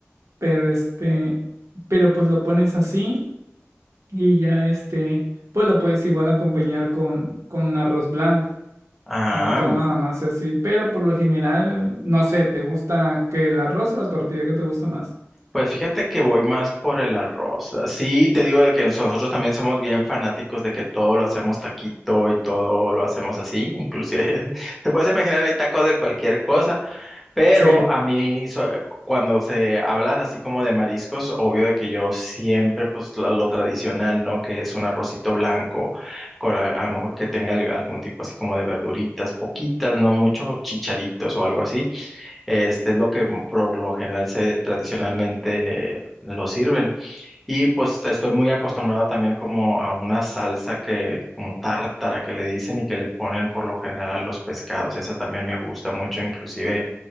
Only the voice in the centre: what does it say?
Ah,
Pues fíjate que voy más por el arroz. Sí, te digo de que en- nosotros también somos bien fanáticos de que todo lo hacemos taquito y todo lo hacemos así, inclusive <laughs> te puedes imaginar hay tacos de cualquier cosa, pero
a mí so- cuando se hablas así como de mariscos, obvio de que yo siempre pues lo, lo tradicional, ¿no? Que es un arrocito blanco con a, a lo mejor que tenga al- algún tipo así como de verduritas, poquitas, no mucho, chicharitos o algo así este es lo que por lo general se tradicionalmente lo sirven. Y pues está- estoy muy acostumbrado también como a una salsa que, como tártara que le dicen y que le ponen por lo general a los pescados. Esa también me gusta mucho, inclusive